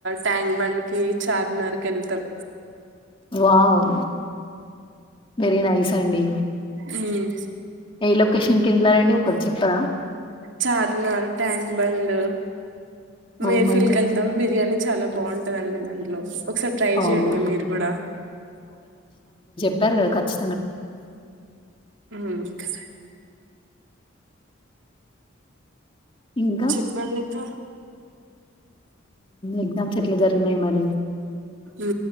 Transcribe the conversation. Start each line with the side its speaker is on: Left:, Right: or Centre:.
Right: ట్యాంక్ బండ్ కి చార్మినార్ కి వెళ్తాం
Left: వావ్ వెరి నైస్ అండి
Right: ఉమ్
Left: ఏ లొకేషన్ కి వెళ్ళారండి ఒకటి చెప్తవా
Right: Charminar Tank Bund
Left: oh
Right: మేఫిల్క్
Left: my god
Right: ఎళ్తాం బిర్యానీ చాలా బాగుంటందండి దాంట్లో ఒకసారి ట్రై
Left: అవునా
Right: చేయండి మీరు కూడా
Left: ప్తారు ఖచ్చ్
Right: మ్మ్ అ
Left: ఇంకా
Right: చెప్పండి ఇంకా
Left: ఎగ్జామ్స్ ఎట్లా జరిగినాయి మరి
Right: ఉ